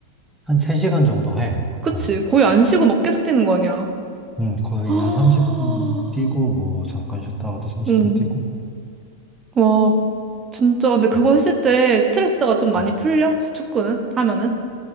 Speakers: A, in the centre; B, on the right.
A: 한 3시간 정도 해, 보통.
B: 그치? 거의 안 쉬고 막 계속 뛰는 거 아니야?
A: 음, 거의
B: 헉,
A: 한 30분 뛰고, 뭐, 잠깐 쉬었다가 또 30분
B: 응.
A: 뛰고.
B: 와, 진짜. 근데 그거
A: 아,
B: 했을 때 스트레스가 좀 많이
A: 어,
B: 풀려? 축구는? 하면은?